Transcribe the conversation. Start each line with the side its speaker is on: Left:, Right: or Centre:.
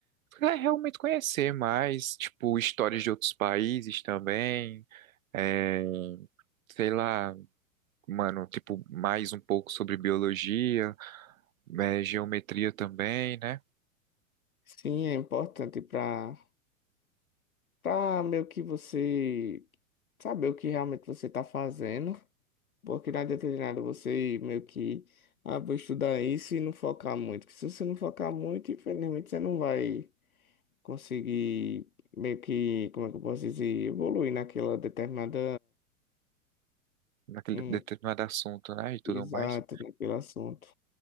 Right: é realmente conhecer mais, tipo, histórias de outros países também, é, sei lá, mano, tipo, mais um pouco sobre biologia, é, geometria também, né?
Left: Sim, é importante pra, pra meio que você saber o que realmente você tá fazendo. Porque não adianta você meio que, ah, vou estudar isso e não focar muito. Porque se você não focar muito, infelizmente você não vai conseguir meio que, como é que eu posso dizer, evoluir naquela determinada,
Right: Naquele
Left: hum,
Right: determinado assunto, né? E tudo
Left: exato,
Right: mais.
Left: naquele assunto.